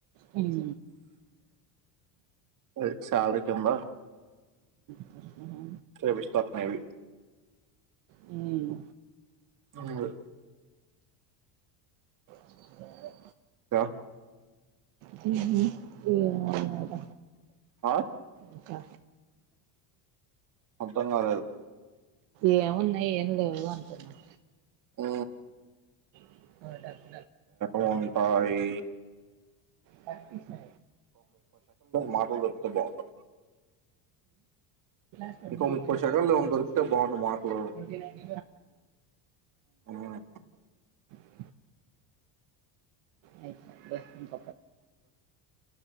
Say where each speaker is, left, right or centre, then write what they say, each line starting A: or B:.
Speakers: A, on the right (about 70°); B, on the right (about 40°).
A: హమ్
B: అదే సాలరీ కింద
A: హా హా
B: చేపిస్తారు మేబీ.
A: హమ్
B: వ
A: ఏ
B: హలో
A: హమ్ మ్మ ఏవుద
B: ఆ?
A: ఇంకా
B: అర్థం కాలేదు
A: ఏమున్నాయి ఏం లేదు అంటున్నా
B: ఓ
A: ఆడ
B: ఎంట ఈ
A: ప్రక్పిస్ <unintelligible>
B: మాటలు దొరికితే బాగుండు
A: <unintelligible>
B: ఇంకో ముప్పై సెకండ్లు ఏమైనా దొరికితే బాగుండు మాటలు
A: ట్వంటీ నైన్
B: ఉమ్.
A: <inaudible> <unintelligible> స ట్ట్